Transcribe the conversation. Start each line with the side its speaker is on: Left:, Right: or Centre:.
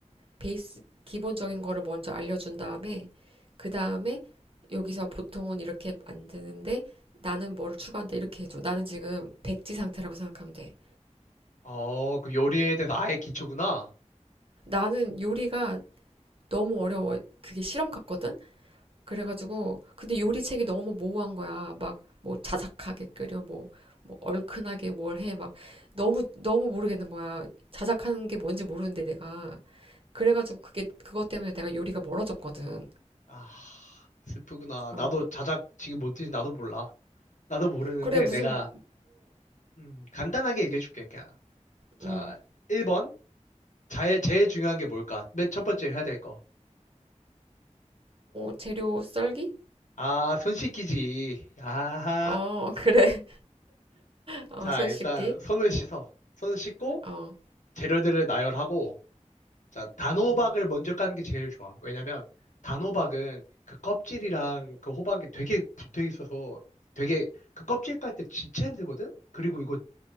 Right: 베이스, 기본적인 거를 먼저 알려준 다음에, 그 다음에, 여기서 보통은 이렇게 만드는데, 나는 뭐를 추가한다, 이렇게 해줘. 나는 지금 백지 상태라고 생각하면 돼.
Left: 어, 그 요리에 대해서 아예 기초구나.
Right: 나는 요리가 너무 어려워. 그게 실험 같거든? 그래가지고 근데 요리책이 너무 모호한 거야. 막 뭐 자작하게 끓여 뭐, 뭐 얼큰하게 뭘 해. 막 너무 너무 모르겠는 거야. 자작하는 게 뭔지 모르는데 내가 그래가지고 그게 그것 때문에 내가 요리가 멀어졌거든.
Left: 아, 슬프구나.
Right: 어
Left: 나도 자작 지금 못인지 나도 몰라. 나도 모르는데
Right: 그래 무슨
Left: 내가 음, 간단하게 얘기해 줄게, 그냥. 자,
Right: 어음음뭐
Left: 1번. 제일, 제일 중요한 게 뭘까? 맨 첫 번째 해야 될 거.
Right: 재료 썰기?
Left: 아, 손 씻기지. 야하.
Right: 어 <laughs> 그래 어손
Left: 자, 일단
Right: 씻기
Left: 손을 씻어. 손 씻고
Right: 어
Left: 재료들을 나열하고 자, 단호박을
Right: 음.
Left: 먼저 까는 게 제일 좋아. 왜냐면 단호박은 그 껍질이랑 그 호박이 되게 붙어 있어서 되게 그 껍질 깔 때 진짜 힘들거든? 그리고 이거